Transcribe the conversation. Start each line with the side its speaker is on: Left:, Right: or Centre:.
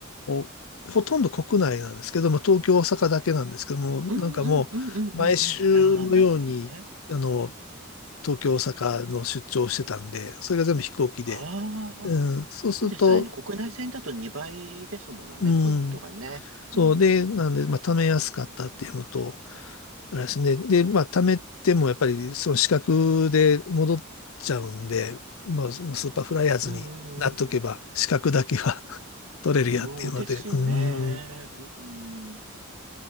Left: ーほとんど国内なんですけど、まあ、東京、大阪だけなんですけども、
Right: うんうんうんうんうんうん。
Left: なんかもう、毎週のように、
Right: ああ、なるほどね。
Left: あの、東京、大阪の出張をしてたんで、それが全部飛行機で、
Right: あ
Left: うん、そうすると、
Right: そうですよね。国内線だと2倍ですものね、
Left: うん、
Right: ポイントがね。
Left: そうで、
Right: うん。
Left: なんで、まあ、貯めやすかったっていうのと、あれですね。で、まあ、貯めてもやっぱりその資格で戻っちゃうんで、まあ、そのスーパーフライヤーズになっとけば、
Right: うんうんうん。
Left: 資格だけは <laughs> 取れるやっていうので、
Right: そうですね。
Left: うーん、
Right: うん。